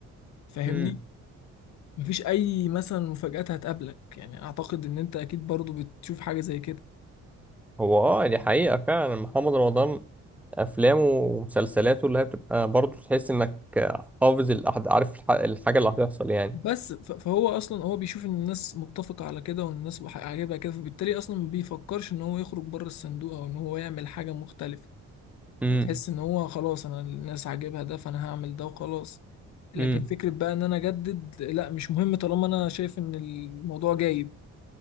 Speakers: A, on the left; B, in the centre.
A: فاهمني
B: امم
A: مفيش اي مثلا مفاجآت هتقابلك يعني اعتقد ان انت اكيد برضو بتشوف حاجة زي كده
B: هو اه دي حقيقه فعلا محمد رمضان افلامه ومسلسلاته اللي هي بتبقى برضه تحس انك آه، حافظ الأحد... عارف الح- الحاجه اللي هتحصل يعني
A: بس ف- فهو اصلا هو بيشوف ان الناس متفقة على كده وان الناس بح- عاجبها كده فبالتالي اصلا ما بيفكرش ان هو يخرج بره الصندوق او ان هو يعمل حاجة مختلفة
B: امم
A: بتحس ان هو خلاص انا الناس عاجبها ده فانا هعمل ده وخلاص لكن
B: امم
A: فكرة بقى ان انا اجدد لا مش مهم طالما انا شايف ان الموضوع جايب